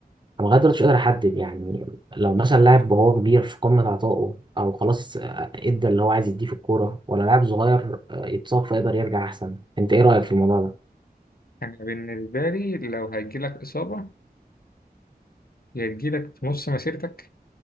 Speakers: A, on the right; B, on the left.
A: انا لغايه دلوقتي مش قادر احدد يعني لو مثلا لاعب وهو كبير في قمه عطائه او خلاص آه، ادى اللي هو عايز يديه في الكوره ولا لاعب صغير آه، يتصاب فيقدر يرجع احسن انت ايه رايك في الموضوع ده؟
B: أنا بالنسبة لي لو هيجيلك إصابة يا تجيلك في نص مسيرتك